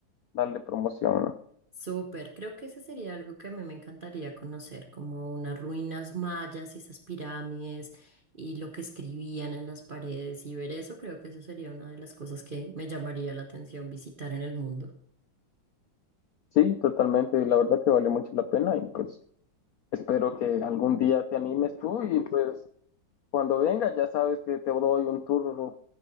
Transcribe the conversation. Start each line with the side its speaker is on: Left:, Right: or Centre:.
Left: darle promoción, ¿no?
Right: Súper, creo que ese sería algo que a mí me encantaría conocer, como unas ruinas mayas y esas pirámides y lo que escribían en las paredes y ver eso, creo que eso sería una de las cosas que me llamaría la atención visitar en el mundo.
Left: Sí, totalmente, la verdad que valió mucho la pena y pues espero que algún día te animes tú y pues cuando vengas ya sabes que te doy un tour